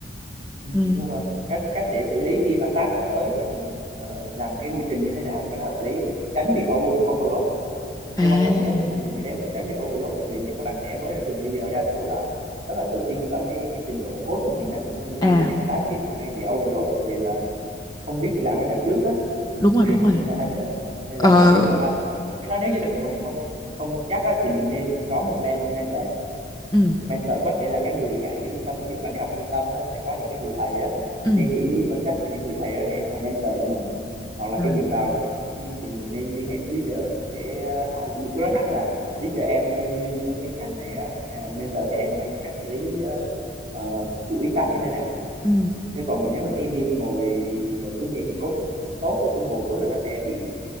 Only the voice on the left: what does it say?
ừ.
à
à
đúng rồi
đúng
rồi
ờ
ừ
ừ
à,
ừ